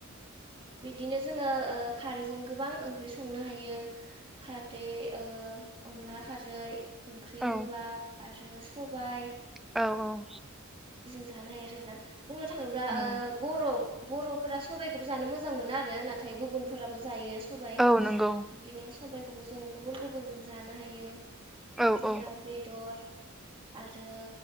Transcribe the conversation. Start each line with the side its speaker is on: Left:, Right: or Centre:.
Right: बिदिनो जोङो ओ खारैजों गोबां ओंख्रि संनो हायो खारदै ओ अनला खारै ओंख्रि
Centre: औ
Right: गोबाब आरो सबाय
Centre: औ औ
Right: जाना हायो आरो ना बुंनो थाङोब्ला
Centre: उम
Right: ओ बर' बर'फोरा सबाइ खोबो जानो मोजां मोजां मोनो आरो नाथाय गुबुनफोराबो जायो। होबाय
Centre: औ नंगौ
Right: बिदिनो सबायखौबो जों गुबुन गुबुनजों जानो हायो।
Centre: औ औ
Right: जेनाव बेदर। आरो